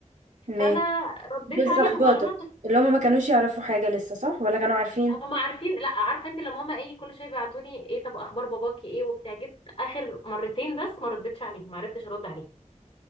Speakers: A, on the right; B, on the left.
A: ماشي
B: فأنا رديت
A: دول
B: عليهم
A: صاحباتك
B: على مثل
A: اللي هم ما كانوش يعرفوا حاجة لسه صح ولا كانوا عارفين
B: هما عارفين لا عارفة انت لما هما ايه كل شوية بيبعتوني ايه طب أخبار باباكي ايه وبتاع جيت آخر مرتين بس ما ردتش عليهم ما عرفتش أرد عليهم